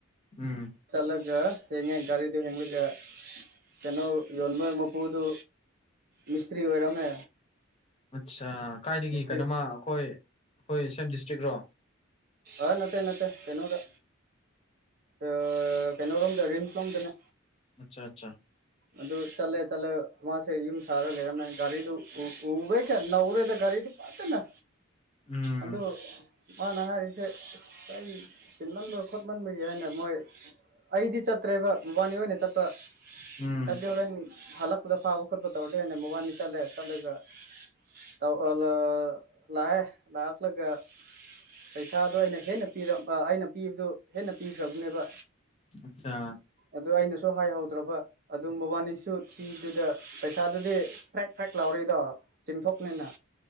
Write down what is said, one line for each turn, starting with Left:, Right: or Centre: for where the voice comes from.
Left: ꯎꯝ
Right: ꯆꯠꯂꯒ ꯍꯡꯉꯦ ꯒꯥꯔꯤꯗꯣ ꯍꯦꯒ ꯀꯩꯅꯣ ꯌꯣꯟꯕ ꯃꯄꯨꯗꯨ ꯃꯤꯁꯇ꯭ꯔꯤ ꯑꯣꯏꯔꯝꯃꯦ
Left: ꯑꯠꯆꯥ ꯀꯥꯏꯗꯒꯤ
Right: ꯃꯤꯁꯇ꯭ꯔꯤ
Left: ꯀꯩꯅꯣꯃ ꯑꯩꯈꯣꯏ ꯑꯩꯈꯣꯏ ꯁꯦꯝ ꯗꯤꯁꯇ꯭ꯔꯤꯛꯔꯣ
Right: ꯍꯣꯏ ꯅꯠꯇꯦ ꯅꯠꯇꯦ ꯀꯩꯅꯣꯗ ꯑ ꯀꯩꯅꯣ ꯔꯣꯝꯗ ꯔꯤꯝꯁ ꯔꯣꯝꯗꯅꯦ
Left: ꯑꯆꯥ ꯑꯆꯥ
Right: ꯑꯗꯨ ꯆꯠꯂꯦ ꯆꯠꯂꯦ ꯃꯥꯁꯦ ꯌꯨꯝ ꯁꯥꯔꯒ ꯂꯩꯔꯝꯃꯦ ꯒꯥꯔꯤꯗꯨ ꯎꯕꯩ ꯀꯌꯥ ꯅꯧꯔꯦꯗ ꯒꯥꯔꯤꯗꯤ ꯐꯖꯅ
Left: ꯎꯝ
Right: ꯑꯗꯨ ꯃꯥꯅ ꯍꯥꯏꯔꯤꯁꯤ ꯁꯦ ꯑꯩ ꯆꯤꯟꯃꯟꯕ ꯈꯣꯠꯃꯟꯕꯒꯤ ꯍꯥꯏꯅ ꯃꯣꯏ ꯑꯩꯗꯤ ꯆꯠꯇ꯭ꯔꯦꯕ ꯃꯕꯥꯅꯤ ꯑꯣꯏꯅ ꯆꯠꯄ
Left: ꯎꯝ
Right: ꯍꯥꯏꯗꯤ ꯍꯣꯔꯦꯟ ꯍꯜꯂꯛ ꯄꯗ ꯐꯥꯕ ꯈꯣꯠꯄ ꯇꯧꯔꯗꯤꯅ ꯃꯣꯕꯥꯅꯤ ꯆꯠꯂꯦ ꯆꯠꯂꯒ ꯇꯧ ꯑꯥ ꯂꯥ ꯂꯥꯛꯑ‌ꯦ ꯂꯥꯛꯂꯒ ꯄꯩꯁꯥꯗꯣ ꯑꯩꯅ ꯍꯦꯟꯅ ꯄꯤ ꯑꯩꯅ ꯄꯤꯕꯗꯨ ꯍꯦꯟꯅ ꯄꯤꯈ꯭ꯔꯕꯅꯦꯕ
Left: ꯑꯠꯆꯥ
Right: ꯑꯗꯨ ꯑꯩꯅꯁꯨ ꯁꯨ ꯍꯥꯏꯍꯧꯗ꯭ꯔꯕ ꯑꯗꯨꯝ ꯃꯕꯥꯅꯤꯁꯨ ꯊꯤꯕꯗꯥ ꯄꯩꯁꯥꯗꯨꯗꯤ ꯄ꯭ꯔꯦꯛ ꯄ꯭ꯔꯦꯛ ꯂꯥꯎꯔꯤꯏꯗꯣ ꯆꯤꯡꯊꯣꯛ ꯄꯅꯤꯅ